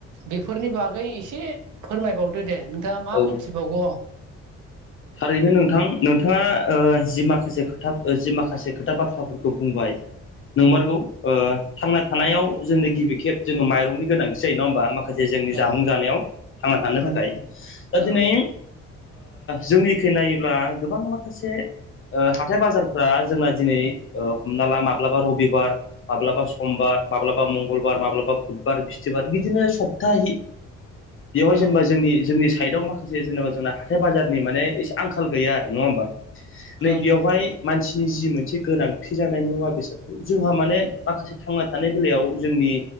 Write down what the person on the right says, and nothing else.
बेफोरनि बागै एसे फोरमायबावदो दे। नोंथाङा मा
मिथिबावगौ
ओं
ओं
ओं
ओं
ओं नंगौ नोंथां